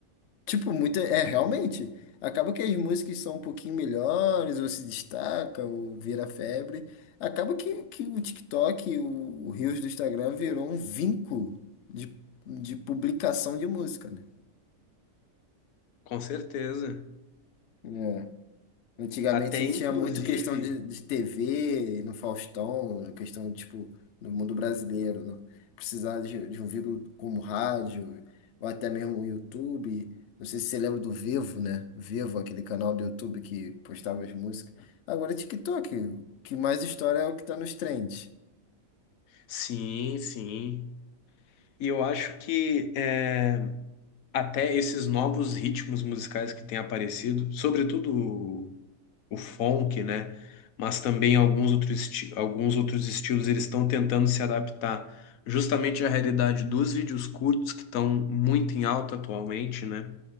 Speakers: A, on the left; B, on the left.
A: Tipo, muito. É, realmente. Acaba que as músicas são um pouquinho melhores, ou se destaca, ou vira febre. Acaba que, que o TikTok, o, o Reels do Instagram, virou um vinco de, de publicação de música, né?
B: com certeza.
A: É. Antigamente
B: Até inclusive,
A: tinha muito questão de, de TV no Faustão, questão, tipo, no mundo brasileiro, né? Precisar de, de um veículo como rádio, ou até mesmo o YouTube. Não sei se você lembra do Vivo, né? Vivo, aquele canal do YouTube que postava as músicas. Agora é TikTok, o que mais história é o que tá nos trends.
B: sim, sim. E eu acho que é, até esses novos ritmos musicais que têm aparecido, sobretudo o funk, né? Mas também alguns outros, esti- alguns outros estilos eles estão tentando se adaptar justamente à realidade dos vídeos curtos que estão muito em alta atualmente, né?